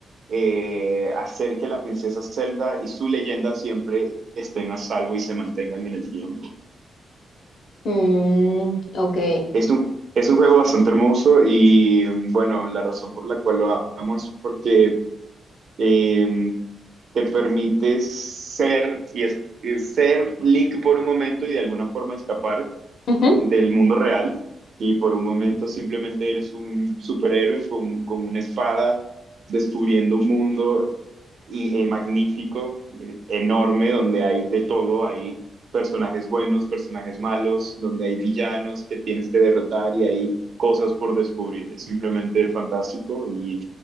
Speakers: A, on the right (about 55°); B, on the left (about 70°).
A: eh, hacer que la princesa Zelda y su leyenda siempre estén a salvo y se mantengan en el tiempo.
B: Mm, ok.
A: Es un, es un juego bastante hermoso y mm, bueno, la razón por la cual lo amo es porque eh, te permite ser y es, y ser Link por un momento y de alguna forma escapar
B: Ujú.
A: del mundo real y por un momento simplemente eres un superhéroe con, con una espada descubriendo un mundo y, eh, magnífico, eh, enorme, donde hay de todo, hay personajes buenos, personajes malos, donde hay villanos que tienes que derrotar y hay cosas por descubrir. Es simplemente fantástico y